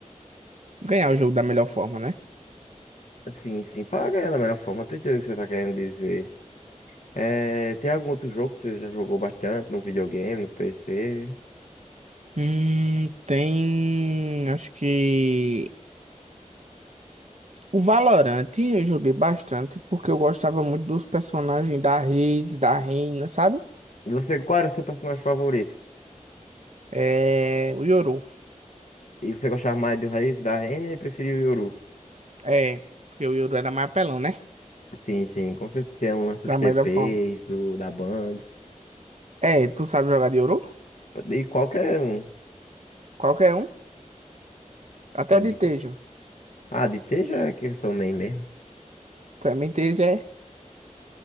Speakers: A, on the right; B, on the left.
A: ganhar o jogo da melhor forma, né?
B: sim sim, para ganhar da melhor forma, eu tô entendendo o que você tá querendo dizer. É, tem algum outro jogo que você já jogou bastante no videogame, no PC?
A: Hum, tem. Acho que. O Valorant eu joguei bastante porque eu gostava muito dos personagens da Reis, da Reina, sabe?
B: E você, qual era o seu personagem favorito?
A: É. O Yoru.
B: E você gostava mais do Raiz, da Renner e preferia o Yoru?
A: É. Porque o Yoru era mais apelão, né?
B: Sim, sim, com certeza tem um lance dos
A: Da
B: TPs,
A: melhor forma.
B: do, da Bangs,
A: É, tu sabe jogar de Yoru?
B: de qualquer um.
A: Qualquer um. Até
B: Sim,
A: de
B: de
A: Tejo.
B: Ah, de ter já é que eu sou main mesmo.
A: Tu é Tejo, é.